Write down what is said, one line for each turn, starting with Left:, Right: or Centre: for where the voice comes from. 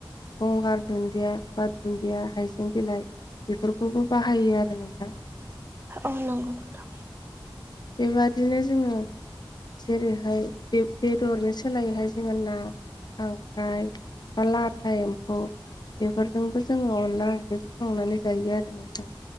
Left: गंगार दुन्दिया बा दुन्दिया हाइजें बिलाइ बेफोरखौबो बाहायो आरो नोंथां
Right: औ नंगौ नोंथां
Left: बेबादिनो जोङो जेरैहाय बे बेदरनि सोलायैहाय जोङो ना खांख्राइ बा लाथा एम्फौ बेफोरजोंबो जोङो अनला ओंख्रिखौ संनानै जायो आरो नोंथां।